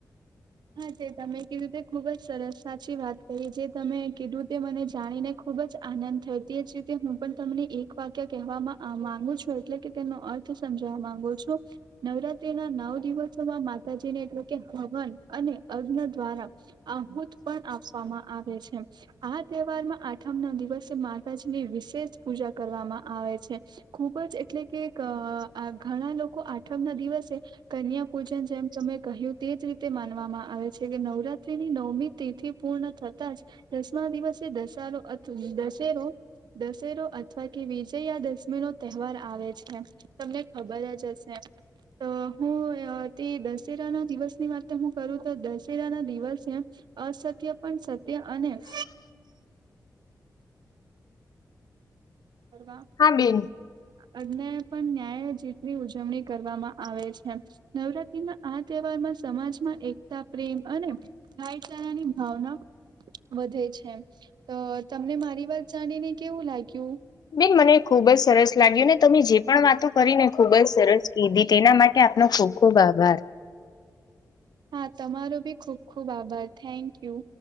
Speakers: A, on the right; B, on the left.
A: હા જે તમે કીધું તે ખુબ જ સરસ સાચી વાત કરીએ જે તમે કીધું તે મને જાણીને ખુબ જ આનંદ થયો, તે જ રીતે હું પણ તમને એક વાક્ય કહેવાય માંગુ છું, એટલે કે તેનો અર્થ સમજવા માંગુ છું, નવરાત્રી તેના નવ દિવસોમાં માતાજીને એટલે કે હવન અને અગ્ન દ્વારા આહુત પણ આપવામાં આવે છે. આ તહેવારમાં આઠમ ના દિવસે માતાજીની વિશેષ પૂજા કરવામાં આવે છે. ખુબ જ એટલે કે ધ ઘણા લોકો આઠમ ના દિવસે કન્યા પૂજન જેમ તમે કહ્યું તે જ રીતે તે માનવામાં આવે છે કે નવરાત્રીની નવમી તિથિ પૂર્ણ થતાં જ દસમા દિવસે દશારો અથ દશેરો દશેરો અથવા કે વિજયયા દશમી નો તહેવાર આવે છે. તમને ખબર જ હશે તો હું તે દશેરા ના દિવસની વાત હું કરું તો દશેરા ના દિવસે અસત્ય પણ સત્ય અને <unintelligible> આ <inaudible> <unintelligible>
B: હા બેન
A: અન્યાય પણ ન્યાય જીતની ઉજવણી કરવામાં આવે છે. નવરાત્રી ના આ તહેવાર માં સમાજમાં એકતા પ્રેમ અને ભાઈચારાની ભાવના વધે છે. તો તમને મારી વાત જાણી ને કેવું લાગ્યું.
B: બેન મને ખુબ જ સરસ લાગ્યું ને તમે જે પણ વાતો કરીને ખુબ જ સરસ કીધી તેના માટે આપનો ખૂબ ખૂબ આભાર.
A: હા તમારો ભી ખુબ ખુબ આભાર થેન્ક યુ.